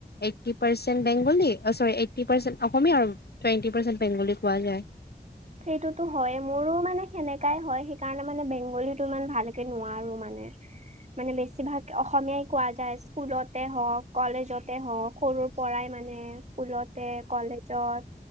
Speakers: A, on the left (about 75°); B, on the right (about 45°).
A: এইটটি পাৰ্চেণ্ট বেংগলী অ চৰি। এইটটি পাৰ্চেণ্ট অসমীয়া আৰু টুৱেণ্টি পাৰ্চেণ্ট বেংগলী কোৱা যায়।
B: সেইটোতো হৈয়ে। মোৰো মানে সেনেকাই হয়। সেইকাৰণে মানে বেংগলীটো ইমান ভালকে নোৱাৰো মানে। <unintelligible> মানে বেছিভাগ অসমীয়াই কোৱা যায় স্কুলতে হওক কলেজতে হওক সৰুৰ পৰাই ম মানে, স্কুলতে কলেজত